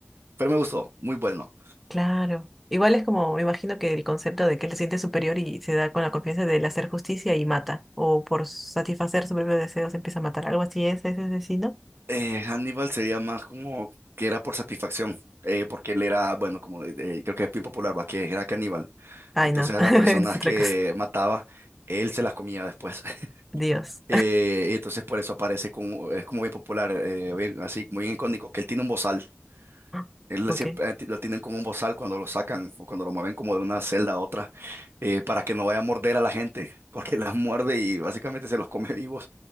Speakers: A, on the right; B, in the centre.
A: pero me gustó, muy bueno.
B: claro. Igual es como, me imagino que el concepto de que él se siente superior y se da con la confianza del hacer justicia y mata. O por satisfacer sus propios deseos empieza a matar. Algo así es ese asesino.
A: Eh, Hannibal sería más como que era por satisfacción, eh, porque él era, bueno, como de- de- creo que es bien popular, va, que era caníbal.
B: Ay,
A: Entonces
B: no.
A: a
B: <laughs>
A: las personas
B: Es otra
A: que
B: cosa.
A: mataba, él se las comía después. <laughs>
B: Dios.
A: Eh, y entonces por eso aparece como, es como bien popular, eh, bien- así, muy bien icónico, que él tiene un bozal.
B: Ah,
A: Él
B: Ok.
A: siempre eh, ti- lo tienen como un bozal cuando lo sacan o cuando lo mueven como de una celda a otra eh, para que no vaya a morder a la gente, <laughs> porque las muerde y básicamente se los come vivos,